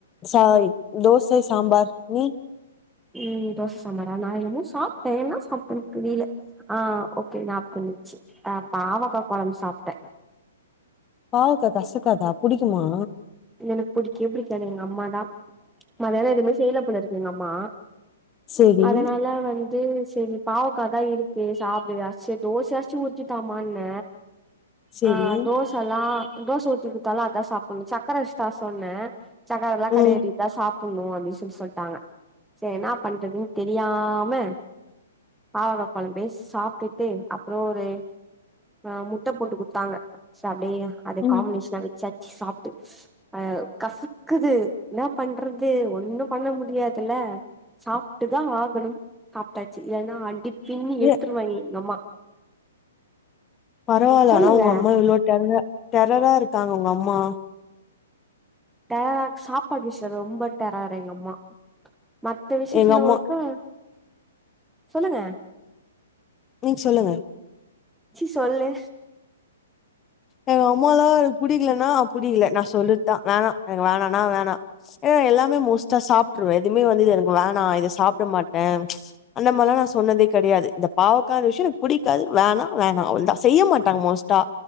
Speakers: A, on the left; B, in the centre.
A: சாரி தோசை சாம்பார் நீ
B: ம் தோச சாம்பாரா நா என்னம்மோ சாப்ட்டே என்ன சாப்ட்டேன்னு தெரியல ஆ ஓகே ஞாபகம் வந்துச்சு ஆ பாவக்கா கொழம்பு சாப்ட்ட
A: பாவக்கா கசக்காதா புடிக்குமா
B: எனக்கு புடிக்கே புடிக்காது எங்க அம்மா தா மொதல்ல எதுவுமே செய்ல போலருக்கு எங்க அம்மா
A: செரி
B: அதனால வந் து செரி பாவக்கா தா இருக்கு சாப்டு சேரி தோசையாச்சு ஊத்தி தாம்மான்ன
A: செரி
B: ஆ தோசல்லா தோச ஊத்தி குடுத்தாலு அதா சாப்புட்ணுச்சா சக்கர வச்சு தர சொன்ன சக்கரலா கெடையாடி
A: ம்
B: இதா சாப் புட்னு அப்டின் சொல்லி சொல்ட்டாங்க சேரி என்ன பண்றதுன்னு தெரியாம பாவக்கா கொழம்பே சாப்ட்டுட்டு அப்புற ஒரு ஆ முட்ட போட்டு குடுத்தாங்க ச அப்டியே அத
A: ம்
B: காம்பினேஷனா வச்சாச்சு சாப் அ கசக்குது என்ன பண்றது ஒண்ணு பண்ண முடியாதுல்ல சாப்ட்டுதா ஆகணு சாப்ட்டாச்சி இல்லன்னா அடிப்பின்னி எடுத்துருவாங்க
A: ஏ
B: எங்க அம்மா
A: பரவால்ல
B: சொல்லுங்க
A: ஆனா உங்க அம்மா இவ்ளோ டெரரா டெரரா இருக்காங்க உங்க அம்மா
B: டெரரா சாப்பாடு விஷ்யோ ரொம்ப டெரரு எங்க அம்மா மத்த விஷ்யத்துல
A: எங்க அம்மா
B: வரைக்கு சொல்லுங்க
A: நீங்க சொல்லுங்க
B: சி சொல்லு
A: எங்க அம்மாலா எனக்கு புடிக்கலனா அப்புடி இல்ல நா சொல்றதுதா வேணா எனக்கு வேணான்னா வேணா ஏ எல்லாமே மோஸ்ட்டா சாப்ட்டுருவே எதுவுமே வந்து இது எனக்கு வேணா இத சாப்ட மாட்டே அந்த மாரிலா நா சொன்னதே கெடையாது இந்த பாவக்கா விஷயோ எனக்கு புடிக்காது வேணா வேணா அவ்ளதா செய்ய மாட்டாங்க மோஸ்ட் டா